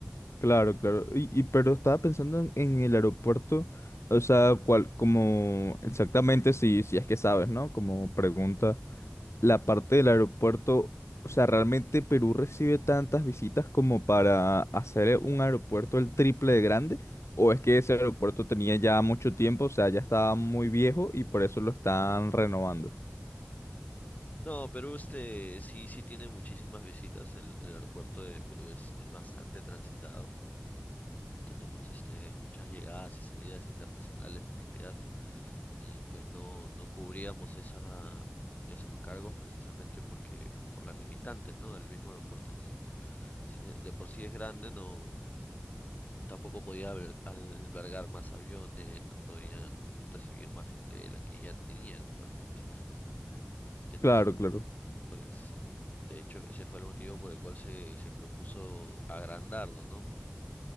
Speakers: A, on the left; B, on the left.
A: Claro, claro. Y, y- pero estaba pensando en, en el aeropuerto, o sea, cuál, como exactamente si, si es que sabes, ¿no? Como pregunta, la parte del aeropuerto, o sea, realmente Perú recibe tantas visitas como para hacer un aeropuerto el triple de grande, o es que ese aeropuerto tenía ya mucho tiempo, o sea, ya estaba muy viejo y por eso lo están renovando.
B: No, Perú este, sí, sí tiene muchísimas visitas, el, el aeropuerto de Perú es, es bastante transitado. Tenemos este, muchas llegadas y salidas internacionales en realidad y pues no, no cubríamos esa, esos cargos precisamente porque por las limitantes, ¿no? del mismo aeropuerto en sí. Si de, de por sí es grande, no, tampoco podía alber- albergar más aviones, no podían recibir más gente de la que ya tenían actualmente. Entonces,
A: Claro, claro.
B: pues, de hecho, ese fue el motivo por el cual se, se propuso agrandarlo, ¿no?